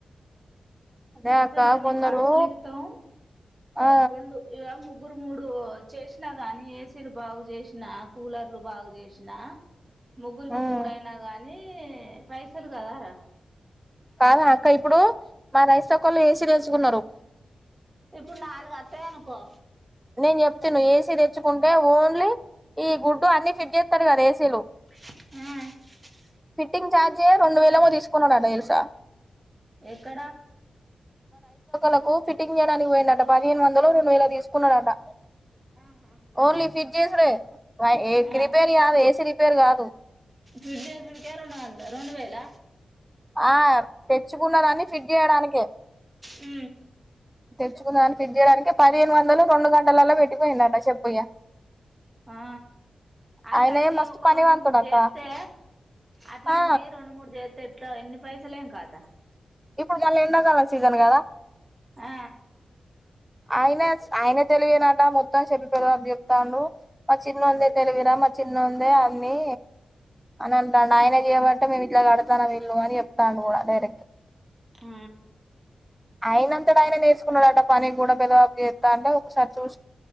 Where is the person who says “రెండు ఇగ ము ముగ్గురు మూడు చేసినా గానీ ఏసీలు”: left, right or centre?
Right